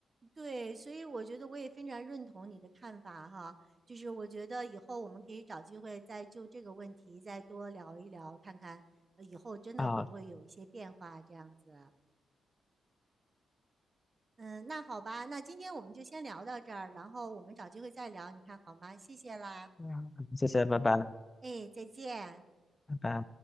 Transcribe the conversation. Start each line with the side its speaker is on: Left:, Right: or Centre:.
Right: 对，所以我觉得我也非常认同你的看法哈，就是我觉得以后我们可以找机会再就这个问题再多聊一聊，看看呃以后真的会不会有一些变化这样子。
Left: 啊。
Right: 嗯，那好吧，那今天我们就先聊到这儿，然后我们找机会再聊，你看好吗？谢谢啦，
Left: 嗯谢谢，拜拜，
Right: 哎，再见。
Left: 拜拜。